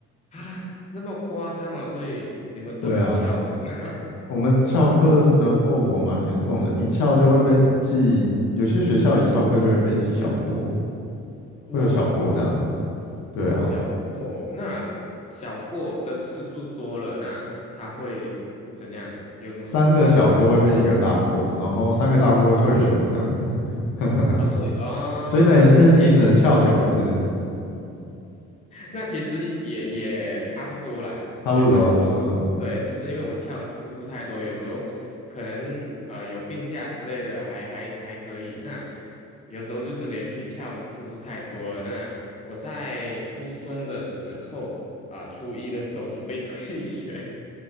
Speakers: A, on the left (about 25°); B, on the left (about 85°).
A: 啊，那么夸张哦，所以你们都不翘课吗？
B: <laughs> 对啊。我们翘课的后果蛮严重的，一翘就会被记，有些学校一翘课就会被记小过，
A: <laughs> 哇，
B: 会有小过这样子。对啊，
A: 哦，小过，那小过的次数多了，那他会怎样？有什么处罚之类的
B: 三个小过会变一个大过，然后三个大过会退学这样子，
A: 啊？
B: <laughs>
A: 哦，对，哦，
B: 所以等于是你只能翘九次，
A: 那可能也那其实也也差不多啦，
B: 差不多，
A: 也差不多。
B: 差不多。
A: 对，就是因为我翘的次数太多，有时候可能呃有病假之类的还还还可以。那有时候就是连续翘的次数太多了。那我在初中的时候啊，初一的时候就被 <laughs> 退学，